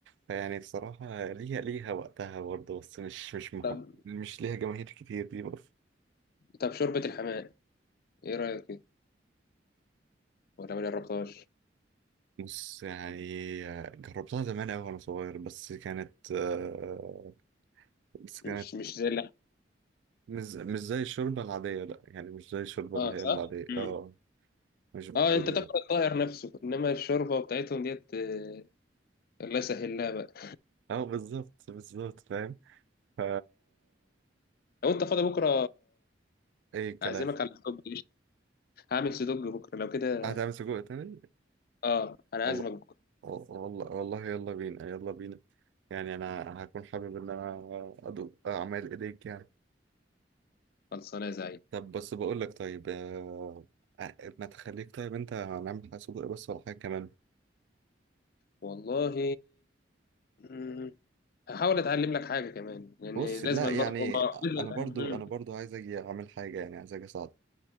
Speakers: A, on the right; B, on the left.
A: فيعني بصراحة ليها ليها وقتها برضه بس مش مش مح...
B: طب
A: مش ليها جماهير كتير دي برضه
B: طب شوربه الحمام ايه رايك فيها؟ ولا ما جربتهاش
A: بص يعني جربتها زمان أوي وأنا صغير بس كانت آه، بس كانت
B: مش مش زي اللحم
A: مش مش زي الشوربة العادية لأ يعني مش زي الشوربة
B: اه
A: اللي هي العادية
B: صح امم
A: اه مش بال...
B: اه انت تاكل الطاهر نفسه انما الشوربه بتاعتهم ديت آه، الله يسهل لها بقى
A: اه بالظبط بالظبط فاهم ف
B: لو انت فاضي بكره
A: أي كلام
B: اعزمك على الطب هعمل سدوج بكرة لو كده
A: هتعمل سجق تاني؟
B: اه انا
A: والله
B: عازمك بكرة
A: والله والله يلا بينا يلا بينا يعني انا هكون حابب ان انا ادوق اعمال ايديك يعني
B: خلصانة يا زعيم
A: طب بس بقول لك طيب آه، آه، ما تخليك طيب انت هنعمل حاجه سجق بس ولا حاجه كمان
B: والله مم، هحاول اتعلم لك حاجة كمان لان
A: بص لا
B: لازم
A: يعني
B: برضه ما لازم
A: انا
B: اتعلم
A: برضو انا
B: مم.
A: برضو عايز اجي اعمل حاجه يعني عايز اجي اساعدك